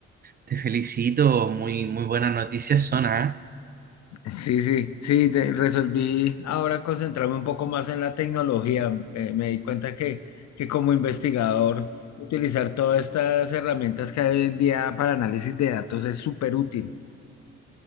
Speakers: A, on the right; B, on the left.
A: Te felicito, muy, muy buenas noticias son, ¿ah?
B: Sí, sí, sí. de- resolví ahora concentrarme un poco más en la tecnología. Eh, me di cuenta que, que como investigador, utilizar todas estas herramientas que hay hoy en día para análisis de datos es súper útil.